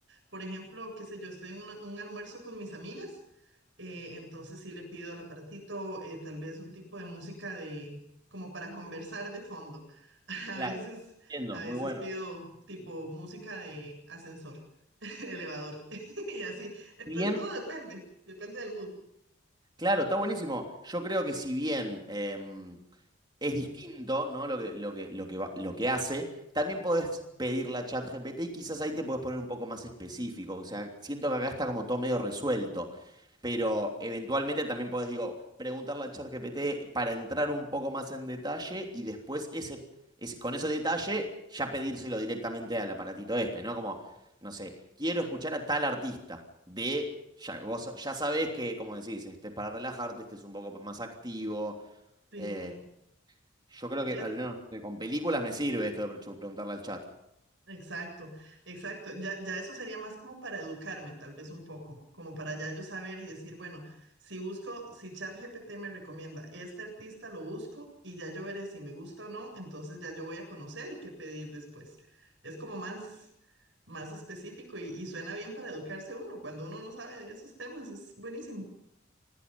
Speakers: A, on the right (about 70°); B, on the right (about 20°).
A: por ejemplo, qué sé yo, estoy en una- un almuerzo con mis amigas. Eh, entonces sí le pido al aparatito eh, tal vez un tipo de música de como para conversar de fondo. <laughs> A
B: Claro,
A: veces,
B: entiendo,
A: a veces
B: muy bueno.
A: pido tipo música de ascensor, <laughs> elevador <laughs> y así. Entonces
B: Bien,
A: todo depende, depende del mood.
B: claro, está buenísimo. Yo creo que si bien em, es distinto, ¿no? Lo que, lo que, lo que, va- lo que hace. También podés pedirla a ChatGPT y quizás ahí te podés poner un poco más específico. O sea, siento que acá está como todo medio resuelto. Pero eventualmente también podés, digo, preguntarle a ChatGPT para entrar un poco más en detalle y después ese, ese- con ese detalle ya pedírselo directamente al aparatito este, ¿no? Como, no sé, quiero escuchar a tal artista de. Ya, vos ya sabés que, como decís, este es para relajarte, este es un poco más activo.
A: Sí.
B: eh, yo creo que
A: Ya-
B: al menos eh, con películas me sirve esto de pre- yo preguntarle al chat.
A: Exacto, exacto. Ya, ya eso sería más como para educarme, tal vez un poco, como para ya yo saber y decir, bueno, si busco, si ChatGPT me recomienda este artista, lo busco y ya yo veré si me gusta o no, entonces ya yo voy a conocer qué pedir después. Es como más, más específico y, y suena bien para educarse uno. Cuando uno no sabe de esos temas, es buenísimo.